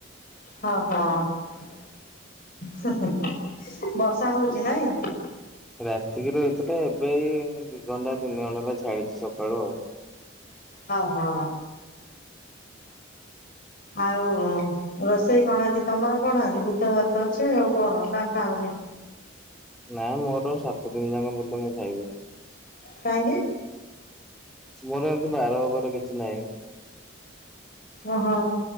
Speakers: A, on the left; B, in the centre.
A: ହଁ, ହଁ, ହିଁ ହିଁ, ବର୍ଷା ହଉଛି ନାଇଁ!
B: ରାତିକିରୁ ହେଇଥିଲା। ଏବେ ଏଇ ଦି ଘଣ୍ଟା, ତିନି ଘଣ୍ଟା ହେଲା ଛାଡିଛି ସକାଳୁ ଆଉ।
A: ହ ହଁ, ଆଉ-ଉଁ ରୋଷେଇ କଣ ଆଜି? ତମର କଣ ଅଛି? ବୁଧୁବାର ତ ଅଛି! ଆଉ କଣ ନା ଖାଅନି?
B: ନାଇଁ, ମୋର ସାତ ଦିନି ଯାଁକେ ବୁଲଲେ ମୁଁ ଖାଇବି?
A: କାହିଁକି?
B: ମୋର ଏମିତି ବାର ଅବାର କିଛି ନାହିଁ।
A: ଓହୋ।